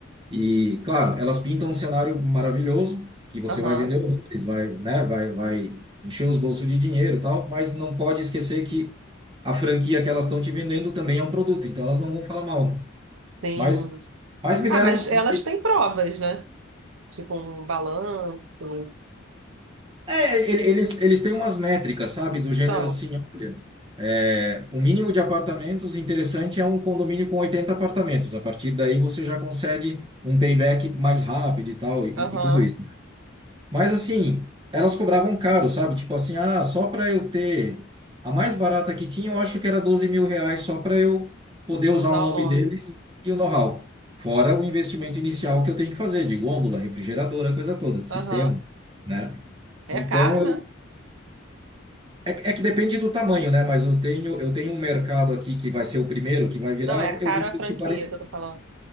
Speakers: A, on the right; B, on the right.
A: E, claro, elas pintam um cenário maravilhoso, que você
B: Aham.
A: vai vender horrores, vai, né, vai, vai encher os bolsos de dinheiro, e tal, mas não pode esquecer que a franquia que elas estão te vendendo também é um produto, então elas não vão falar mal, né?
B: Sim.
A: Mas, mas me
B: Ah,
A: deram
B: mas elas
A: um
B: têm provas, né? Tipo um balanço.
A: É, ele- eles, eles têm umas métricas, sabe? Do gênero
B: Então.
A: assim, olha, é, o mínimo de apartamentos interessante é um condomínio com 80 apartamentos. A partir daí você já consegue um payback mais rápido e tal, e,
B: Aham.
A: e tudo isso. Mas assim, elas cobravam caro, sabe? Tipo assim, ah, só para eu ter a mais barata que tinha, eu acho que era doze mil reais só para eu poder
B: Usar
A: usar o nome
B: o nome.
A: deles e o know-how. Fora o investimento inicial que eu tenho que fazer, de gôndola, refrigeradora, coisa toda, sistema,
B: Aham.
A: né?
B: É
A: Então,
B: caro, né?
A: é, que é que depende do tamanho, né? Mas eu tenho, eu tenho um mercado aqui que vai ser o primeiro, que vai virar,
B: Não, é
A: eu
B: caro
A: vou investir
B: a franquia
A: 40.
B: que eu tô falando.